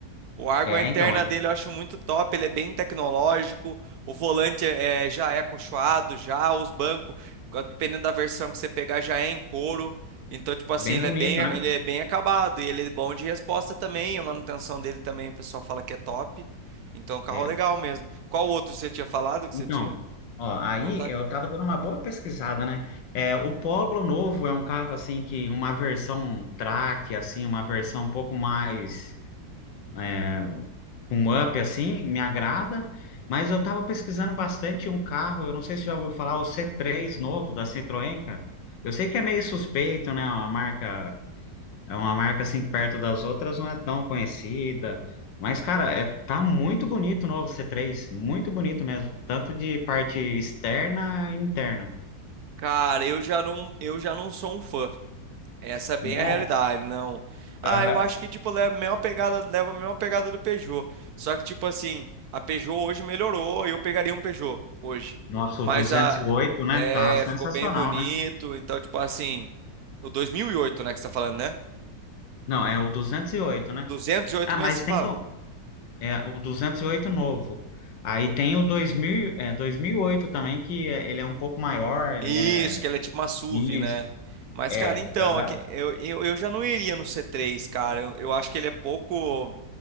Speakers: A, on the right; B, on the left.
A: O Argo,
B: é,
A: a interna
B: então, é
A: dele eu acho muito top, ele é bem tecnológico, o volante é, é- já é acolchoado, já os bancos, dependendo da versão que você pegar, já é em couro. Então, tipo assim,
B: bem
A: ele
B: bonito,
A: é bem, ele
B: né?
A: é bem acabado e ele é bom de resposta também, a manutenção dele também, o pessoal fala que é top. Então, é um carro
B: É,
A: é legal mesmo. Qual outro você tinha falado que
B: Então,
A: você tinha?
B: ó, aí
A: Não tem?
B: eu tava dando uma boa pesquisada, né? É, o Polo Novo é um carro assim que uma versão track, assim, uma versão um pouco mais é, um up assim, me agrada. Mas eu tava pesquisando bastante um carro, eu não sei se já ouviu falar, o c três novo da Citroën, cara. Eu sei que é meio suspeito, né? Uma marca é uma marca assim que perto das outras não é tão conhecida. Mas, cara, é, tá muito bonito o novo c três, Muito bonito mesmo. Tanto de parte externa e interna.
A: Cara, eu já não, eu já não sou um fã. Essa é bem
B: Não.
A: a realidade, não. Ah,
B: Aham.
A: eu acho que tipo leva a mesma pegada, leva a mesma pegada do Peugeot. Só que tipo assim, a Peugeot hoje melhorou, eu pegaria um Peugeot hoje.
B: Nossa,
A: Mas
B: o duzentos
A: a
B: e oito, né?
A: é,
B: Tá sensacional,
A: ficou bem bonito,
B: né?
A: então tipo assim, o 2008 né, que você tá falando, né?
B: Não, é o 208, né?
A: duzentos e oito
B: Ah,
A: mesmo,
B: mas
A: você fala?
B: tem o- é, o 208 novo. Aí tem o dois mil é, 2008 também, que é- ele é um pouco maior, ele
A: Isso,
B: é...
A: que ela é tipo uma SUV,
B: Isso,
A: né? Mas,
B: é,
A: cara, então,
B: aham.
A: é que eu, eu, eu já não iria no C3, cara. Eu, eu acho que ele é pouco.